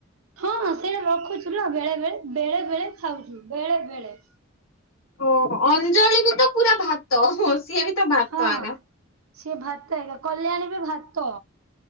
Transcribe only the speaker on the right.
ହଁ ସେଇଟା ରଖୁଛୁଲୋ ବେଳେ ବେଳେ ବେଳେ ବେଳେ ଖାଉଛୁ ବେଳେ ବେଳେ
ହଁ।
ସିଏ ଭାତ ଆଜ୍ଞା କଲ୍ୟାଣ ବି ଭାତ